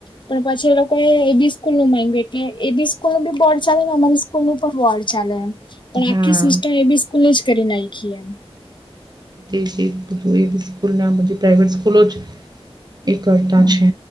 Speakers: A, on the left; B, on the right.
A: પણ, પછી એ લોકોએ એ બી સ્કૂલનું માંયગું એટલે એ બી સ્કૂલનું ભી બોર્ડ ચાલેને અમારી સ્કૂલનું પણ બોર્ડ ચાલે એમ. પણ
B: હા.
A: આખી સિસ્ટમ એ બી સ્કૂલે જ કરી નાયખી એમ.
B: એજ એજ એજ પૂછું એ બી સ્કૂલના બધી પ્રાઈવેટ સ્કૂલો જ એ કરતાં
A: હા
B: છે.